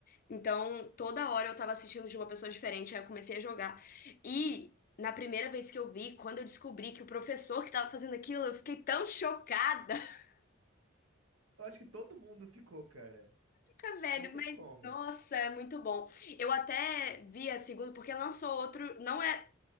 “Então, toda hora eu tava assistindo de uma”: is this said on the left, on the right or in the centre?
Left